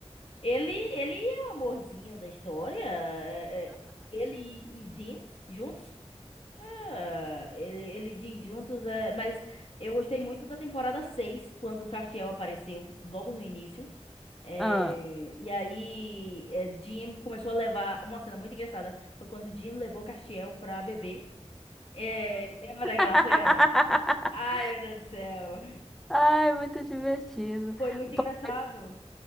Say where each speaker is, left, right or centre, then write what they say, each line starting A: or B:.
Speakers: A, on the left; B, in the centre.
A: Ele, ele é o amorzinho da história. É, é, Ele e Jim juntos. Ah, Ele, ele diz juntos, é, mas eu gostei muito da temporada 6 quando o Castiel apareceu, logo no início. É,
B: Ah.
A: e aí, é, Jim começou a levar. Uma cena muito engraçada foi quando Jim levou Castiel pra beber. É, lembra
B: <laughs>
A: daquela cena? Ai, meu Deus do céu.
B: Ai, muito divertido.
A: Foi muito
B: Pô,
A: engraçado.
B: mas